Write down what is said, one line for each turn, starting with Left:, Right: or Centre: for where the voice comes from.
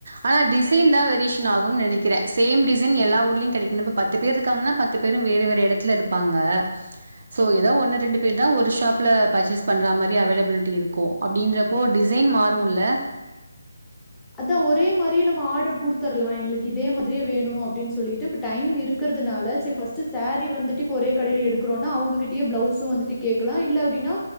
Right: ஆனா டிசைன்தா வேரியேஷன் ஆகும்னு நெனைக்கிறே சேம் டிசைன் எல்லா ஊர்லயு கெடைக்கணு இப்ப பத்து பேர் இருக்காங்கன்னா பத்து பேரும் வேற வேற எடத்துல இருப்பாங்க சோ ஏதோ ஒண்ணு ரெண்டு பேர்தா ஒரு ஷாப்ல பர்ச்சேஸ் பண்ற மாரி அவைலபிலிட்டி இருக்கு அப்டின்றப்போ டிசைன் மாறும்ல்ல
Centre: அதா ஒரே மாரி நம்ம ஆட்ரு குடுத்துரலாம் எங்களுக்கு இதே மாதிரியே வேணும் க்கு அப்டின்னு சொல்லிட்டு இப்ப டைம் இருக் க்றதுனால சேர் சாரீ வந்துட்டு இப்ப ஒரே கடையில எடுக் ஆனா அவங்ககிட்டே பிளவுஸ் வந்துட்டு கேக்லாம் இல்ல அப்டின்னா